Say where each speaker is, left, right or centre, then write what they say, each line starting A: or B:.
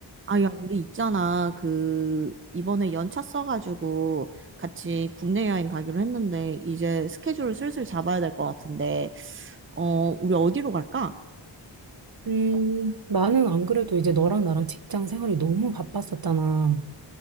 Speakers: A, on the right; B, on the right.
A: 아, 야, 우리 있잖아. 그, 이번에 연차 써가지고 같이 국내 여행 가기로 했는데, 이제 스케줄을 슬슬 잡아야 될 것 같은데, 어, 우리 어디로 갈까?
B: 음, 나는 안 그래도 이제 너랑 나랑 직장 생활이 너무 바빴었잖아.